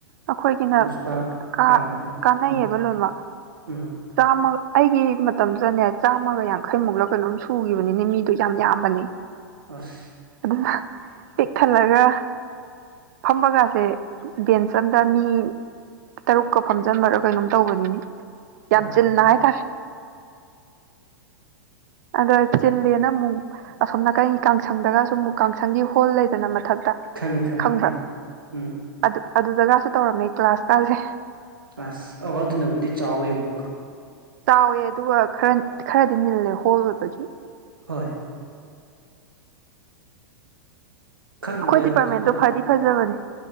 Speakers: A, on the right; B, on the right.
A: ꯑꯩꯈꯣꯏꯒꯤꯅ
B: ꯁꯨꯀꯥ
A: ꯀꯥ
B: ꯀꯥꯗ꯭ꯔꯦ
A: ꯀꯥꯟꯅꯩꯌꯦꯕ
B: ꯎꯝ
A: ꯂꯣꯏꯅꯃꯛ
B: ꯎꯝ
A: ꯆꯥꯝꯃ ꯑꯩꯒꯤ ꯃꯇꯝꯗꯨꯗꯅꯦ ꯆꯥꯝꯃꯒ ꯌꯥꯡꯈꯩꯃꯨꯛꯂ ꯀꯩꯅꯣꯝ ꯁꯨꯈꯤꯕꯅꯤꯅꯦ ꯃꯤꯗꯣ ꯌꯥꯝ ꯌꯥꯝꯕꯅꯤ
B: ꯑꯁ
A: ꯑꯗꯨ ꯄꯤꯛꯈꯜꯂꯒ ꯐꯝꯕꯒꯥꯁꯦ ꯕꯦꯟꯁ ꯑꯝꯗ ꯃꯤ ꯇꯔꯨꯛꯀ ꯐꯝꯖꯤꯟꯕꯔꯒ ꯀꯩꯅꯣꯝ ꯇꯧꯕꯅꯤꯅꯤ
B: ꯑꯥ
A: ꯌꯥꯝ ꯆꯤꯟꯅ ꯍꯥꯏꯇꯥꯔꯦ
B: <inaudible>
A: ꯑ ꯆꯂꯦꯅ ꯑꯁꯣꯝ ꯅꯥꯀꯩ ꯀꯥꯡꯁꯪꯗꯒꯁꯨ ꯑꯃꯨꯛ ꯀꯥꯡꯁꯪꯒꯤ ꯍꯣꯜ ꯂꯩꯗꯅ ꯃꯊꯛꯇ
B: ꯈꯪꯉꯤ ꯈꯪꯉꯤ
A: ꯈꯪꯕ꯭ꯔꯥ
B: ꯑꯥ ꯎꯝ
A: ꯑꯗꯨ ꯑꯗꯨꯗꯒꯁꯨ ꯇꯧꯔꯝꯃꯦ ꯀ꯭ꯂꯥꯁꯀꯥꯁꯦ
B: ꯑꯁ ꯑ ꯑꯗꯨꯅꯕꯨꯗꯤ ꯆꯥꯎꯋꯦ ꯑꯃꯨꯛ
A: ꯆꯥꯎꯋꯦ ꯑꯗꯨꯒ ꯈꯔ ꯈꯔꯗꯤ ꯅꯤꯜꯂꯦ ꯍꯣꯜ ꯑꯣꯏꯕꯒꯤ
B: ꯍꯣꯏ ꯈꯪꯗꯦ
A: ꯑꯩꯈꯣꯏ ꯗꯤꯄꯥꯔꯠꯃꯦꯟꯗꯣ
B: ꯍꯧꯖꯤ ꯅꯃꯨ
A: ꯐꯗꯤ ꯐꯖꯕꯅꯦ